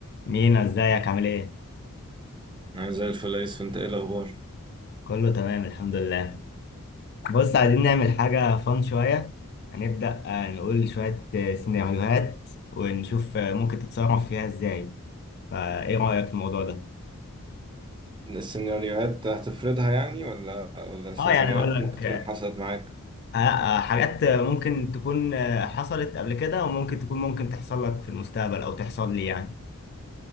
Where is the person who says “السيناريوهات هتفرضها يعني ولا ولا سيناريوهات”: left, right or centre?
Right